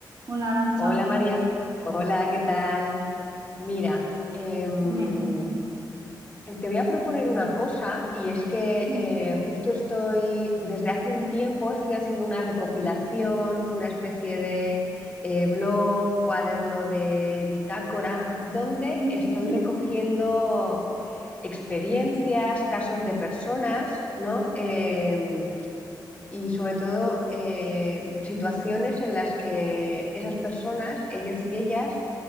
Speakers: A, on the right; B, on the left.
A: Hola, Arancha,
B: Hola María, hola, ¿qué tal? Mira, em,
A: dime.
B: eh, te voy a proponer una cosa y es que
A: Ujú,
B: eh, justo estoy, desde hace un tiempo estoy haciendo una recopilación, una especie de eh, blog, cuaderno de bitácora, donde
A: ujú,
B: estoy recogiendo experiencias, casos de personas, ¿no? Em, y sobre todo eh, situaciones en las que esas personas, ellos y ellas,